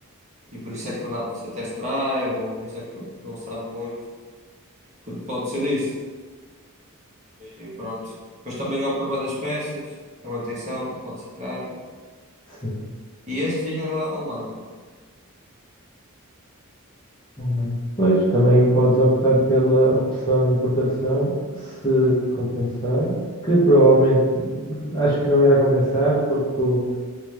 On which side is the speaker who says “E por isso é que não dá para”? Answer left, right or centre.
Right